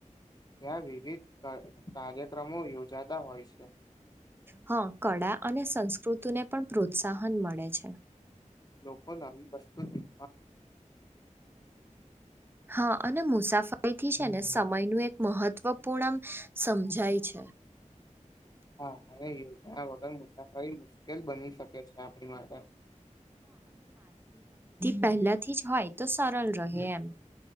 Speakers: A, on the left; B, on the right.
A: ત્યાં વિવિધ કા કાર્યક્રમો યોજાતા હોય છે.
B: હા કળા અને સંસ્કૃતિને પણ પ્રોત્સાહન મળે છે.
A: લોકો ન આવી વસ્તુથી
B: હા અને મુસાફરી થી છે ને સમય નું એક મહત્વપૂર્ણ સમજાય છે.
A: હા અને યોજના વગર મુસાફરી મુશ્કેલ બની શકે છે આપણી માટે.
B: પહેલા થી જ હોય તો સરળ રહે એમ.